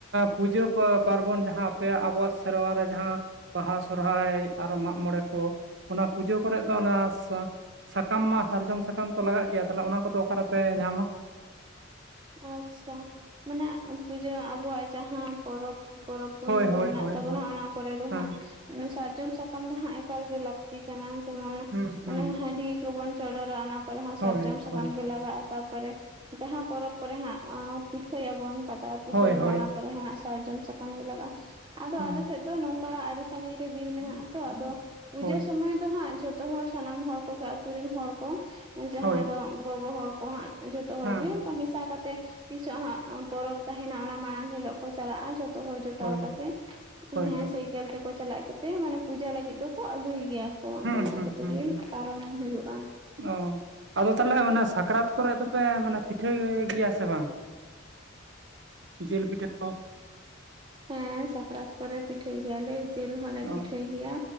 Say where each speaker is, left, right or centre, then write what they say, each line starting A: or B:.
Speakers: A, on the right; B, on the right.
A: ᱯᱩᱡᱟᱹ ᱯᱟᱨᱵᱚᱱ ᱡᱟᱦᱟᱸ ᱟᱯᱮᱭᱟᱜ ᱟᱵᱚᱣᱟᱜ ᱥᱮᱨᱣᱟ ᱨᱮ ᱡᱟᱦᱟᱸ ᱵᱟᱦᱟ ᱥᱚᱦᱚᱨᱟᱭ ᱟᱨᱚ ᱢᱟᱜᱽᱢᱚᱬᱮ ᱠᱚ ᱚᱱᱟ ᱯᱩᱡᱟᱹ ᱠᱚᱨᱮ ᱫᱚ ᱚᱱᱟ ᱥᱟ ᱥᱟᱠᱟᱢ ᱢᱟ ᱥᱟᱨᱡᱚᱢ ᱥᱟᱠᱟᱢ ᱛᱚ ᱞᱟᱜᱟᱜ ᱜᱮᱭᱟ ᱛᱟᱦᱚᱞᱮ ᱚᱱᱟ ᱠᱚᱫᱚ ᱚᱠᱟᱨᱮᱯᱮ ᱧᱟᱢᱟ?
B: ᱟᱪᱪᱷᱟ ᱢᱟᱱᱮ ᱯᱩᱡᱟᱹ ᱟᱵᱚᱣᱟᱜ ᱡᱟᱦᱟᱸ ᱯᱚᱨᱚᱵᱽ ᱾ ᱯᱚᱨᱚᱵᱽ ᱯᱩᱱᱟᱹᱭ
A: ᱦᱳᱭ ᱦᱳᱭ
B: ᱠᱚ ᱢᱮᱱᱟᱜ
A: ᱦᱳᱭ
B: ᱛᱟᱵᱚᱱᱟ
A: ᱦᱳᱭ
B: ᱚᱱᱟ ᱠᱚᱨᱮ ᱫᱚ
A: ᱦᱮᱸ
B: ᱦᱟᱸᱜ ᱥᱟᱨᱡᱚᱢ ᱥᱟᱠᱟᱢ ᱫᱚ ᱦᱟᱸᱜ ᱮᱠᱟᱞᱜᱮ ᱞᱟᱹᱠᱛᱤ ᱾ ᱠᱟᱱᱟ ᱡᱮᱢᱚᱱ
A: ᱦᱩᱸ ᱦᱩᱸ
B: ᱚᱱᱟ ᱦᱟᱺᱰᱤ ᱠᱚᱵᱚᱱ ᱪᱚᱰᱚᱨᱟ ᱚᱱᱟ ᱠᱚᱨᱮ ᱦᱚᱸ
A: ᱦᱳᱭ
B: ᱥᱟᱨᱡᱚᱢ ᱥᱟᱠᱟᱢ
A: ᱦᱳᱭ
B: ᱜᱮ ᱞᱟᱜᱟᱜᱼᱟ ᱛᱟᱨᱯᱚᱨᱮ ᱡᱟᱦᱟᱸ ᱯᱚᱨᱚᱵᱽ ᱠᱚᱨᱮ ᱦᱟᱸᱜ ᱯᱤᱴᱷᱟᱹᱭᱟᱵᱚᱱ ᱯᱟᱛᱲᱟ ᱯᱤᱴᱷᱟᱹᱭᱟᱵᱚᱱ
A: ᱦᱳᱭ ᱦᱳᱭ
B: ᱚᱱᱟ ᱠᱚᱨᱮ ᱦᱚᱸᱱᱟᱜ ᱥᱟᱨᱡᱚᱢ ᱥᱟᱠᱟᱢ ᱜᱮ ᱞᱟᱜᱟᱜᱼᱟ ᱟᱫᱚ
A: ᱦᱩᱸ
B: ᱟᱞᱮᱥᱮᱫ ᱫᱚ ᱱᱚᱝ ᱚᱱᱠᱟ ᱟᱹᱰᱤ ᱥᱟᱺᱜᱤᱧ ᱨᱮ ᱵᱤᱨ ᱢᱮᱱᱟᱜ ᱟ ᱛᱚ ᱟᱫᱚ ᱯᱩᱡᱟᱹ
A: ᱦᱳᱭ
B: ᱥᱚᱢᱚᱭ ᱫᱚ ᱦᱟᱸᱜ ᱡᱚᱛ ᱟᱛᱚ ᱦᱟᱲ ᱥᱟᱱᱟᱢ ᱦᱚᱲ ᱠᱚᱜᱮ ᱟᱛᱳ ᱨᱮᱱ ᱦᱚᱲ ᱠᱚ ᱡᱟᱦᱟᱸᱭ
A: ᱦᱳᱭ
B: ᱫᱚ ᱜᱚᱜᱚ ᱦᱚᱲ ᱠᱚ ᱦᱟᱸᱜ ᱡᱚᱛᱚ ᱦᱚᱲ
A: ᱦᱮᱸ
B: ᱜᱮ ᱚᱱᱠᱟ ᱢᱮᱥᱟ ᱠᱟᱛᱮᱜ ᱛᱤᱥ ᱦᱚᱸ ᱦᱟᱸᱜ ᱯᱚᱨᱚᱵᱽ ᱛᱟᱦᱮᱱᱟ ᱚᱱᱟ ᱢᱟᱲᱟᱝ ᱦᱤᱞᱳ ᱠᱚ ᱪᱟᱞᱟᱜᱼᱟ ᱾ ᱡᱚᱛᱚ ᱦᱚᱲ ᱡᱚᱴᱟᱣ
A: ᱦᱳᱭ
B: ᱠᱟᱛᱮ
A: ᱦᱳᱭ
B: ᱦᱮᱸ
A: ᱦᱳᱭ
B: ᱥᱟᱭᱠᱮᱞ ᱛᱮ ᱠᱚ ᱪᱟᱞᱟᱜ ᱠᱟᱛᱮ ᱢᱟᱱᱮ ᱯᱩᱡᱟᱹ ᱞᱟᱹᱜᱤᱫ ᱫᱚᱠᱚ ᱟᱹᱜᱩᱭ ᱜᱮᱭᱟ ᱾ ᱟᱫᱚ
A: ᱦᱩᱸ
B: ᱚᱱᱟ
A: ᱦᱩᱸ
B: ᱠᱚᱛᱮ
A: ᱦᱩᱸ
B: ᱜᱮ
A: ᱦᱩᱸ
B: ᱯᱟᱨᱚᱢ ᱦᱩᱭᱩᱜᱼᱟ ᱾
A: ᱚ ᱾ ᱟᱫᱚ ᱛᱟᱦᱚᱞᱮ ᱢᱟᱱᱮ ᱥᱟᱠᱨᱟᱛ ᱠᱚᱨᱮ ᱫᱚᱯᱮ ᱢᱟᱱᱮ ᱯᱤᱴᱷᱟᱹᱭ ᱜᱮᱭᱟ ᱥᱮ ᱵᱟᱝ? ᱡᱤᱞ ᱯᱤᱴᱷᱟᱹ ᱠᱚ?
B: ᱦᱮᱸ ᱥᱟᱠᱨᱟᱛ ᱠᱚᱨᱮ ᱯᱤᱴᱷᱟᱹᱭ ᱜᱮᱭᱟᱞᱮ ᱡᱤᱞ ᱦᱚᱸᱞᱮ
A: ᱚ
B: ᱯᱤᱴᱷᱟᱹᱭ ᱜᱮᱭᱟ,